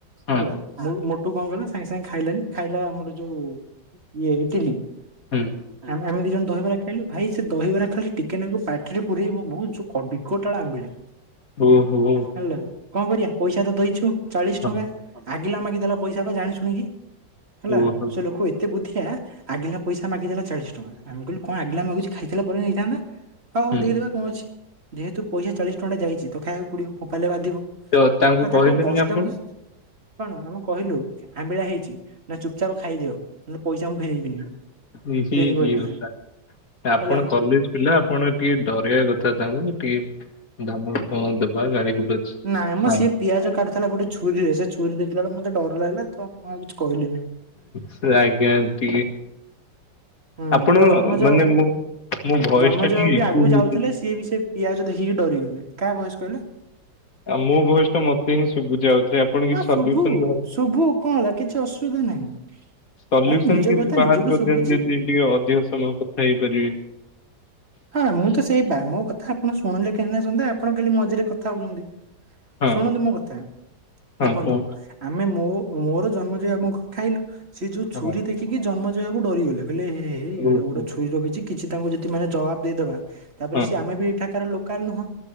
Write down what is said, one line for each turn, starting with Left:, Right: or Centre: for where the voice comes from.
Left: ହଁ
Right: ହେଲା। ମୁଁ ମୁ ଟୁ କଣ କହିଲା ସାଙ୍ଗେ ସାଙ୍ଗେ ଖାଇଲାନି ଖାଇଲା ଆମର ଯୋଉ ଇଏ ଇଟିଲି।
Left: ହୁଁ।
Right: ଆମେ ଆମେ ଦି ଜଣ ଦହିବରା ଖାଇଲୁ ଭାଇ ସେ ଦହିବରା ଖାଲି ଟିକେ ନାକୁ ପାଟିରେ ପୁରେଇବୁ ବହୁ ଯୋଉ ଖ ବିକଟଳା ଆମ୍ବିଳା।
Left: ହୁଁ ଓହୋ
Right: ହେଲା କଣ କରିବା ପଇସା ତ ଦେଇଛୁ ଚାଳିଶ
Left: ହଁ।
Right: ଟଙ୍କା। ଆଗିଲା ମାଗିଦେଲା ପଇସା ପା ଜାଣି ଶୁଣିକି ହେଲା
Left: ଓହୋ
Right: ସେ ଲୋକ ଏତେ ବୁଦ୍ଧିଆ। ଆଗିଲା ପଇସା ମାଗିଦେଲା ଚାଳିଶ ଟଙ୍କା ଆମେ କହିଲୁ କଣ ଆଗିଲା ମାଗୁଚି ଖାଇଥିଲା ପରେ ନେଇଥାନ୍ତା। ହଉ ହଉ
Left: ହୁଁ
Right: ଦେଇଦେବା କଣ ଅଛି ଯେହେତୁ ପଇସା ଚାଳିଶ ଟଙ୍କା ଟା ଯାଇଚି ତ ଖାଇବାକୁ ପଡିବ ଫୋପାେଡିଲେ ବାଧିବ।
Left: ତ ତାଙ୍କୁ
Right: ତ
Left: କହିଲେନି
Right: ତାକୁ କଷ୍ଟେ
Left: ଆପଣ?
Right: ମଷ୍ଟେ। କଣ ଆମେ କହିଲୁ ଆମ୍ବିଳା ହେଇଚି ନା ଚୁପଚାପ୍ ଖାଇଦିଅ ନହେଲେ ପଇସା ମୁଁ ଫେରେଇବିନି।
Left: ଇଏ
Right: ଏମିତି
Left: କି
Right: କହିଲା
Left: କି କଥା। ଆପଣ
Right: ହେଲା
Left: କଲେଜ୍ ପିଲା ଆପଣ ଟିକେ ଡରେଇବା କଥା ତାଙ୍କୁ ଟିକେ। ଧମକ। ଗାଳି ଗୁଲଜ
Right: ନାଇଁ ମ
Left: ହଁ
Right: ସିଏ ପିଆଜ କାଟୁଥିଲା ଗୋଟେ ଛୁରୀରେ ସେ ଛୁରୀ ଦେଖିଲା ବେଳକୁ ମତେ ଡର ଲାଗିଲା। ତ ମୁଁ ଆଉ କିଛି କହିଲିନି।
Left: ସେ ଆଜ୍ଞା ଟିକେ
Right: ହୁଁ
Left: ଆପଣ
Right: ତ ଜନ୍ମଯୟ
Left: ମାନେ
Right: ବାବୁ
Left: ମୁଁ ମୋ ଭଏସ
Right: ଜନ୍ମଯୟ
Left: ଟା ଟିକେ
Right: ବାବୁ ବି
Left: ଇକୋ
Right: ଆଗକୁ
Left: ହଉଛି।
Right: ଯାଉଥିଲେ ସିଏ ବି ସେ। ପିଆଜ ଦେଖିକି ଡରିଗଲେ କାହା ବୟସ କହିଲେ।
Left: ଆଉ ମୋ ଭଏସ ଟା ମତେ ହିଁ ଶୁଭୁଛି ଆଉଥରେ ଆପଣ କିଛି
Right: ହ
Left: ସଲ୍ୟୁସନ
Right: ଶୁଭୁ
Left: ବାହାର
Right: ଶୁଭୁ। କଣ ହେଲା କିଛି ଅସୁବିଧା ନାହିଁ।
Left: ସଲ୍ୟୁସନ
Right: ଆ ନିଜ
Left: କିଛି
Right: କଥା
Left: ବାହାର
Right: ନିଜକୁ
Left: କରିଦିଅନ୍ତୁ
Right: ଶୁଭୁଛି।
Left: ଯଦି ଟିକେ ଅଧିକ ସମୟ କଥା ହେଇପାରିବେ।
Right: ହଁ ମୁଁ ତ ସେଇବା ମୋ କଥା ଆପଣ ଶୁଣିଲେ କେନେ ଶୁଣିଲେ ଆପଣ ଖାଲି ମଝିରେ କଥା ହୁଅନ୍ତି।
Left: ହଁ
Right: ଶୁଣନ୍ତୁ ମୋ କଥା
Left: ହଁ
Right: ଦେଖନ୍ତୁ।
Left: କୁହନ୍ତୁ
Right: ଆମେ ମୋ ମୋର ଜନ୍ମଯୟ ବାବୁଙ୍କ ଖାଇଲୁ ସେ ଯୋଉ
Left: ହଁ
Right: ଛୁରୀ ଦେଖି। ଖିକି ଜନ୍ମେଜୟ ବାବୁ ଡରିଗଲେ କହିଲେ ଏହେ ହେଇ
Left: ହଉ
Right: ଏଡେ ବଡ
Left: ହଉ
Right: ଛୁରୀ ରଖିଛି କିଛି ତାଙ୍କୁ ଯଦି ମାନେ ଜବାବ୍ ଦେଇଦବା। ତାପରେ
Left: ହଁ
Right: ସିଏ ଆମେ ବି ଏଠାକାର ଲୋକାଲ ନୁହଁ